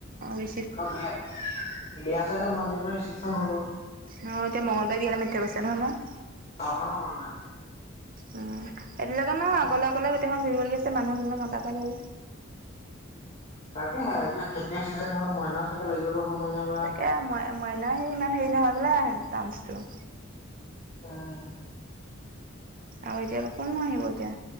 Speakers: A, on the right (about 45°); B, on the left (about 35°).
A: ৰি
B: অ, বিয়াত-বিয়া <unintelligible> মই এনেওটো ৰিচিপচন হলোঁ।
A: অ, এতিয়া মঙলবাৰে বিহাতে মাতি থৈ গৈছে নহয়- নহয়?
B: অহা মন নাই।
A: উম, এইবিলাকে নো
B: অ
A: অকলে- অকলে গোটেইখন ঘুৰিব লাগি আছে মানুহ দুুনোঁহ মতাকে ধৰি।
B: তাকেহে এতিয়া খেতিৰ চিজন হ'ল মইনা তাকে লাগি গলেওঁ সময় নাই বা
A: তাকে মই মইনাৰ সে ইমান হেৰি নহয় বোলে আহে ডান্স টো।
B: অ',
A: আৰু এতিয়া কোননো আহিব এতিয়া